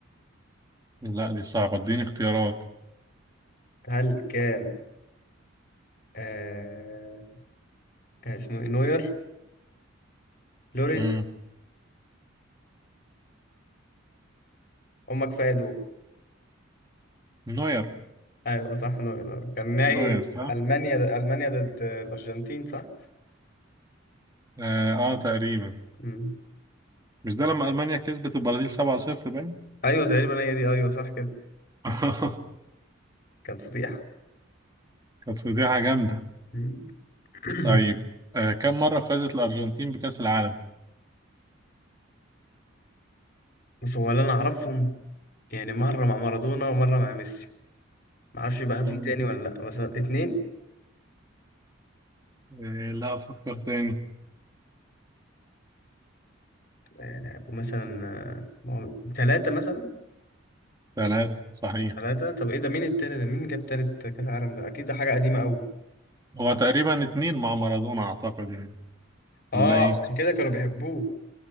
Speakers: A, on the right; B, on the left.
A: لا دي صعبة اديني اختيارات
B: هل كان آه كان اسمه ايه نوير لوريس
A: امم
B: هما كفاية دول
A: نوير
B: ايوه صح نوير كان نهائي
A: نوير صح
B: المانيا المانيا ضد الارجنتين صح
A: اه, آه تقريبا
B: مم.
A: مش ده لما المانيا كسبت البرازيل 7-0 باين
B: ايوه تقريبا هي دي ايوه صح كده
A: <laughs>
B: كانت فضيحه
A: كانت فضيحة جامدة
B: مم. <clears throat>
A: طيب آه كم مرة فازت الارجنتين بكأس العالم
B: بس هو اللي انا اعرفهم يعني مره مع مارادونا ومره مع ميسي ما اعرفش بقى
A: مم.
B: في تاني ولا لا بس اتنين
A: إيه، لا أفكر تاني
B: يعني هيبقوا مثلا آه، ما هو تلاتة مثلا
A: ثلاثة صحيح
B: تلاتة طب ايه ده مين التالت ده مين جاب تالت كاس عالم ده اكيد ده حاجه قديمه قوي
A: هو تقريبا اتنين مع مارادونا أعتقد يعني
B: اه
A: ولا إيه؟
B: عشان كده كانوا بيحبوه